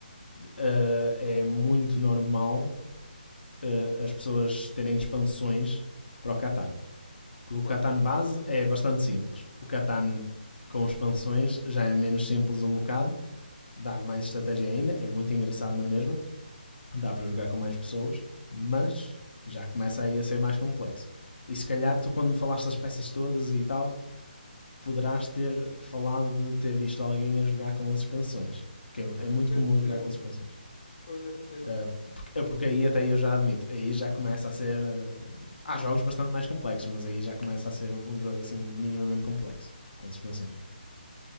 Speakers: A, on the left; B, on the left.
A: uh, é muito normal uh, as pessoas terem expansões para o Catan. Porque o Catan
B: Pois,
A: base é bastante simples. O Catan com expansões já é menos simples um bocado, dá mais estratégia ainda, é muito engraçado na mesma, dá para jogar com mais pessoas, mas já começa aí a ser mais complexo. E se calhar tu quando falaste das peças todas e tal, poderás ter falado de ter visto alguém a jogar com as suspensões. Porque é é muito
B: pois
A: comum
B: possível,
A: jogar com as suspensões.
B: pois é possível.
A: Uh, porque, eh, porque aí até eu já admito, aí já começa a ser. uh, há jogos bastante mais complexos, mas aí já começa a ser um, um jogo assim minimamente complexo, com as suspensões.